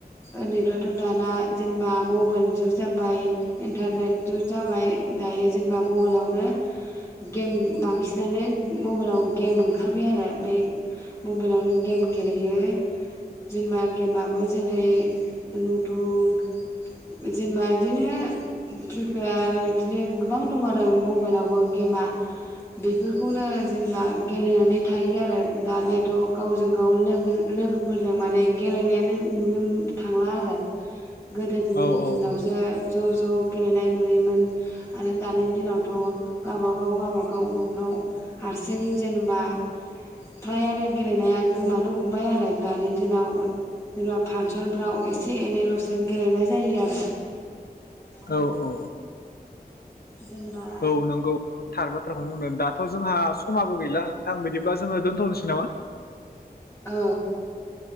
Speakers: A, on the left (about 15°); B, on the left (about 70°).
A: ओन्दैफ्रा थ दाना जेनबा मबाइल जुग जाबाय इन्टारनेट जुग जाबाय दायो जेनेबा मबाइलावनो गेम बांसिनानो मबाइलाव गेम ओंखार बेआनो बे मबाइलावनो गेम गेलेयो जेनबा गेमाबो जेरै लुदु <inaudible> जेनेबा इदिनो प्रिपायार इदिनो गोबां दं आरो मबाइलावबो। गेमा बेफोरखौनो जेनेबा गेलेनानै। थायो आरो दानियाथ गावजों गाव लोगो लोगोफोर जों माने गेलेनायानो नुनो थांला आरो। गोदोनि
B: औ
A: दिनावसो ज' ज' गेलेनाय नुयोमोन आरो दानि दिनावथ' गावबागाव गावबागाव न'फ्राव हारसिं जेनेबा फ्रायानो गेलेनाया गोमानो हमबाय आरो दानि दिनाव जेनेबा फांसनफ्राव एसे एनैल'सो गेलेनाय जायो आरो। दा
B: औ औ औ
A: जेनेबा
B: औ नंगौ थार बा <unintelligible> जोंहा समाबो गैला आं बिदिब्ला जोङो दोनथनोसै नामा?
A: औ